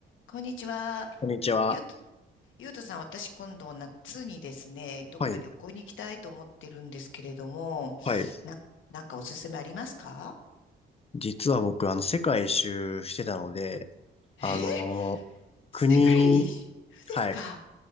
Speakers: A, on the left (about 75°); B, on the left (about 30°).
A: こんにちは。
B: こんにちは。
A: ゆうと、ゆうとさん、私今度夏にですね、どっか旅行に行きたいと思ってるんですけれども、
B: はい。はい。
A: な、なんかおすすめありますか
B: 実は僕、あの、世界一周してたので、
A: えー
B: あのー国、
A: 世界一周ですか
B: はい。